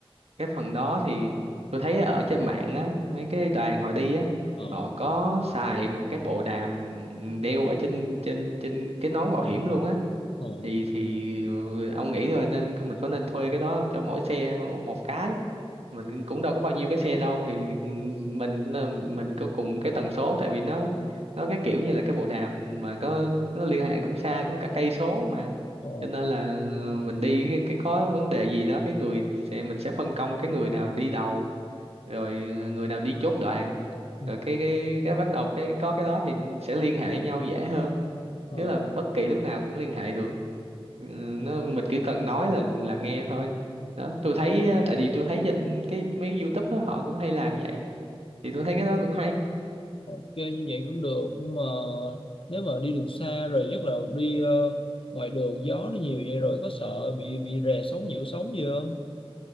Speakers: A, on the right; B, on the left.
A: cái phần đó thì tôi thấy ở trên mạng á mấy cái đoàn họ đi á
B: ờ
A: họ có xài một cái bộ đàm đeo ở trên trên trên cái nón bảo hiểm luôn á
B: ờ
A: thì thì ừ, ông nghĩ thôi nên mình có nên thuê cái đó không? cho mỗi xe một một cái mình cũng đâu có bao nhiêu cái xe đâu thì ừ, mình ờ, mình có cùng cái tần số tại vì nó nó cái kiểu như là cái bộ đàm mà có nó liên hệ cũng xa cũng cả cây số mà
B: ờ
A: cho nên là ừ, mình đi cái, cái có vấn đề gì đó cái người sẽ mình sẽ phân công cái người nào đi đầu rồi ừ, người nào đi chốt đoạn
B: ừ,
A: rồi cái cái cái bắt đầu cái có cái đó thì sẽ liên hệ nhau dễ hơn
B: ờ
A: tức là bất kỳ lúc nào cũng liên hệ được Ừ, nó mình chỉ cần nói là là nghe thôi đó tôi thấy ờ, tại vì tôi thấy trên cái mấy YouTube đó họ cũng hay làm vậy thì tôi thấy cái đó cũng hay
B: ok như vậy cũng được nhưng mà nếu mà đi đường xa rồi nhất là đi ờ, ngoài đường gió nó nhiều vậy rồi có sợ bị bị rè sóng nhiễu sóng gì không